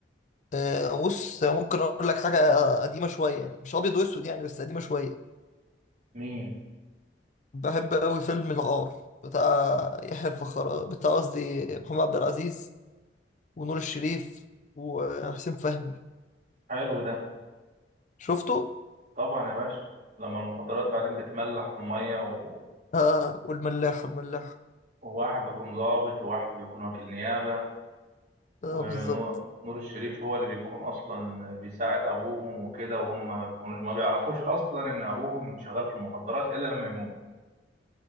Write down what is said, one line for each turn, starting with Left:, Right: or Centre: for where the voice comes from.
Left: آه، بص ممكن اقول لك حاجه قديمه شويه يعني مش ابيض واسود يعني بس قديمه شويه
Right: مين
Left: بحب قوي فيلم الغار بتاع يحيى الفخر بتاع قصدي محمد عبد العزيز ونور الشريف وحسين فهمي
Right: حلو ده
Left: شفته
Right: طبعا يا باشا لما المخدرات بعدين بتملح في المية و...
Left: اه والملاح الملاح
Right: وواحد بيكون ضابط وواحد بيكون وكيل نيابة ونور
Left: اه بالظبط
Right: نور الشريف هو اللي بيكون اصلا بيساعد ابوهم وكده وهم ما بيكونوا ما بيعرفوش اصلا ان ابوهم شغال في المخدرات الا لما يموت